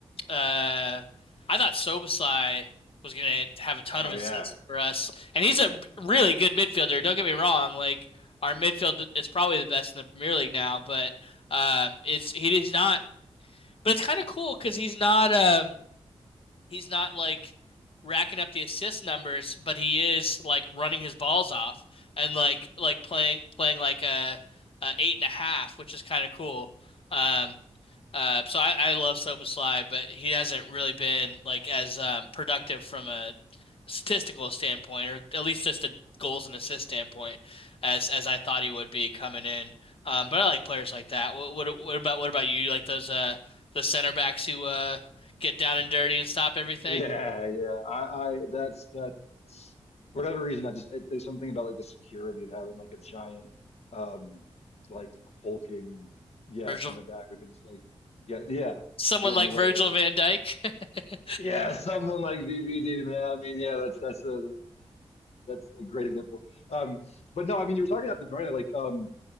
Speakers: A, on the left; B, on the left.
A: uh, I thought Sobasai was gonna have a ton
B: Oh
A: of assists
B: yeah.
A: for us, and he's a really good midfielder. Don't get me wrong; like our midfield is probably the best in the Premier League now, but um, it's he's not. But it's kind of cool because he's not um he's not like racking up the assist numbers, but he is like running his balls off and like like playing playing like a, a eight and a half, which is kind of cool. Um, uh, so I, I love Soba but he hasn't really been like as um, productive from a statistical standpoint, or at least just a goals and assist standpoint, as as I thought he would be coming in. Um, but I like players like that. What, what what about what about you? You Like those uh the center backs who uh get down and dirty and stop everything?
B: Yeah, yeah. I, I that's that's for whatever reason I just it, there's something about like the security of having like a giant um like hulking yeah
A: Virgil,
B: center back who can just like get yeah
A: someone
B: get
A: like
B: in the way
A: Virgil
B: of everything.
A: van Dijk. <laughs>
B: Yeah, someone like VVD man. I mean, yeah, that's that's a that's a great example. Um, but no, I mean you were talking about the Bruyne like um.